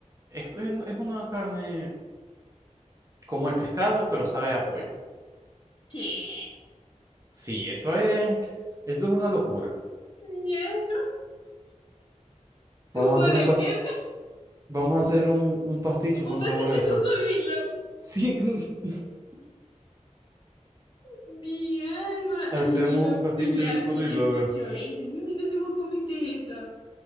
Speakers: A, on the right (about 25°); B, on the left (about 40°).
A: Es, es, es una carne como el pescado, pero sabe a pollo.
B: ¿Qué?
A: Sí, eso es, eso es una locura.
B: Mi alma,
A: Vamos
B: como
A: a hacer
B: la
A: un pas-
B: carne.
A: vamos a hacer un, un pasticho con
B: Un pasticho
A: sabor a eso.
B: de cocodrilo.
A: Sí, <laughs>
B: Mi alma.
A: hacemos
B: Ay, Dios,
A: un pasticho
B: primera
A: de
B: vez
A: cocodrilo,
B: que yo escucho
A: a ver.
B: eso. Mimi, ¿dónde vos comiste eso?